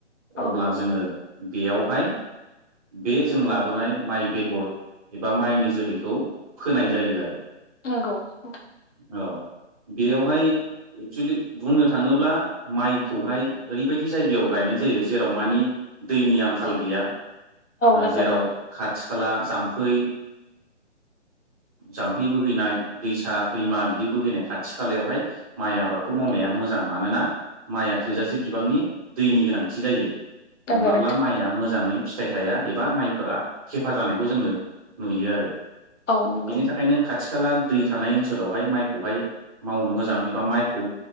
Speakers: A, on the left (about 85°); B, on the right (about 30°).
A: औ
B: अब्ला जोङो बेयावहाय बे जों लाबोनाय माइ बेगर एबा माइनि जोलैखौ फोनाय जायो आरो
A: नोंंगौ नोंथां
B: औ बेयावहाय एक्सुलि बुंनो थाङोब्ला माइखौहाय ओरैबायदि जायगायाव गायनाय जायो जेराव मानि दैनि आंखाल गैया आ
A: नंगौ
B: जेराव
A: नोंथां
B: खाथि खाला जाम्फै जाम्फै बोहैनाय दैसा दैमा बिदि बोहैनाय खाथि खालायावहाय माइ आबादखौ
A: नंगौ
B: मावनाया मोजां मानोना माइया थोजासे बिबांनि दैनि गोनांथि जायो।
A: नंगौ
B: नङाब्ला
A: नोंथां
B: माइआ मोजाङै फिथाइ थाया एबा माइफोरा खेफा जानायखौ जोङो नुयो आरो
A: औ नंगौ
B: बिनि थाखायनो खाथि खाला दै थानाय ओनसोलावहाय माइखौहाय मावनो मोजाङै बा माइखौ